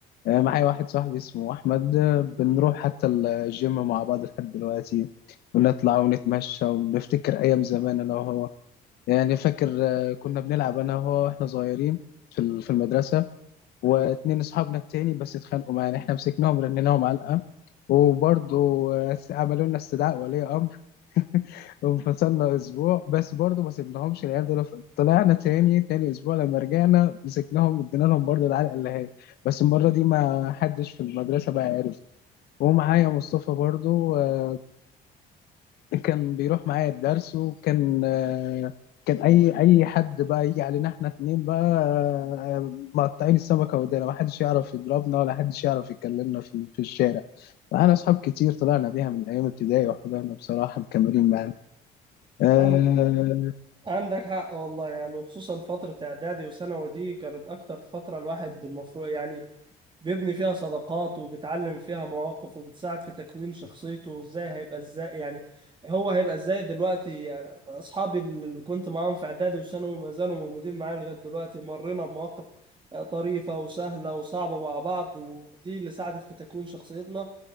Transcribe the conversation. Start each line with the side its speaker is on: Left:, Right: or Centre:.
Left: أه معايا واحد صاحبي اسمه احمد آه، بنروح حتى الجيم مع بعض لحد دلوقتي ونطلع ونتمشى ونفتكر ايام زمان انا وهو يعني فاكر آه، كنا بنلعب انا وهو واحنا صغيرين في ال- في المدرسه واتنين اصحابنا التاني بس اتخانقوا معانا احنا مسكناهم رنيناهم علقه وبرضه عملوا لنا استدعاء ولي امر وانفصلنا اسبوع بس برضه ما سيبناهمش العيال دول طلعنا تاني تاني اسبوع لما رجعنا مسكناهم ادينا لهم برضه العلقه اللي هي بس المره دي ما حدش في المدرسه بقى عارف ومعايا مصطفى برضه آه، كان بيروح معايا الدرس وكان آه، كان اي اي حد بقى يجي علينا احنا اتنين بقى آه، مقطعين السمكه ودانا ما حدش يعرف يضربنا ولا حدش يعرف يكلمنا في في الشارع معانا أصحاب كتير طلعنا بيها من أيام ابتدائي وحضرنا بصراحة مكملين معانا أه
Right: عن... عندك حق والله يعني وخصوصا فترة إعدادي وثانوي دي كانت أكتر فترة الواحد المفروض يعني بيبني فيها صداقات وبتعلم فيها مواقف وبتساعد في تكوين شخصيته وازاي هيبقى ازاي يعني هو هيبقى ازاي دلوقتي يعني اصحابي اللي كنت معاهم في اعدادي وثانوي ما زالوا موجودين معايا لغايه دلوقتي مرينا بمواقف آه، طريفه وسهله وصعبه مع بعض ودي اللي ساعدت في تكوين شخصيتنا